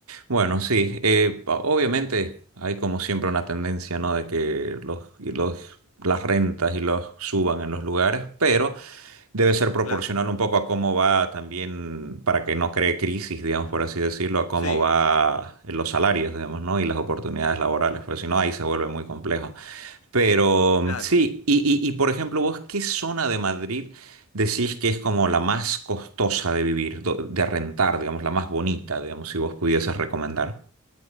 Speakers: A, on the right; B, on the left.
A: Bueno, sí, eh, o- obviamente hay como siempre una tendencia, ¿no? De que los, y los, las rentas y los suban en los lugares, pero debe ser proporcional
B: Claro,
A: un poco a cómo va también, para que no cree crisis, digamos, por así decirlo, a cómo
B: sí,
A: va los salarios, digamos, ¿no? Y las oportunidades laborales, porque si no, ahí se vuelve muy complejo. Pero
B: claro,
A: sí, y, y, y, por ejemplo, vos, ¿qué zona de Madrid decís que es como la más costosa de vivir, do- de rentar, digamos, la más bonita, digamos, si vos pudieses recomendar?